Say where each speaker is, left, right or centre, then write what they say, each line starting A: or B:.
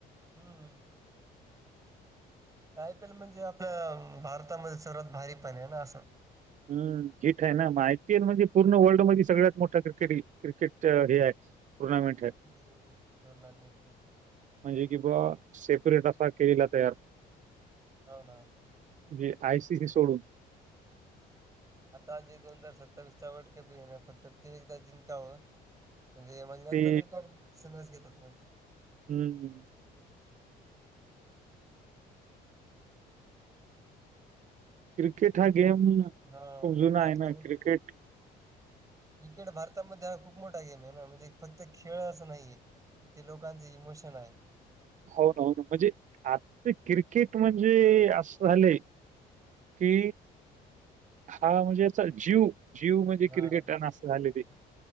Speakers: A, on the right; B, on the right.
A: हम्म आयपी एल म्हणजे आपल्या भारतामध्ये सर्वात भारी पण आहे ना असं
B: हम् हीठ आहे ना मग आय पीएल म्हणजे पूर्ण वर्ल्ड मध्ये सगळ्यात मोठा क्रिकेट क्रिकेट हे आहे टुर्नामेंट
A: <unintelligible>
B: आहे. म्हणजे की बुवा सेपरेट असा केलेला तयार
A: होन
B: जे आय सीसी सोडून
A: आता जे दोन हजार सत्तावीस चा वर्ल्ड कप ये ना फक्त ते एकदा जिंकावं म्हणजे मग नंतर
B: ते
A: <unintelligible> घेतात मग ते
B: हम्म क्रिकेट हा गेम खूप
A: हां.
B: जुना
A: भारतामध्ये
B: आहे ना क्रिकेट
A: क्रिकेट भारतामध्ये हा खूप मोठा गेम आहे ना म्हणजे फक्त खेळ असं नाहीये किती लोकांच इमोशन आहे
B: हो ना हो ना म्हणजे आजच क्रिकेट म्हणजे असं झालंय कि हा म्हणजे अस जीव जीव म्हणजे
A: हां.
B: क्रिकेट अन् अस झाले ते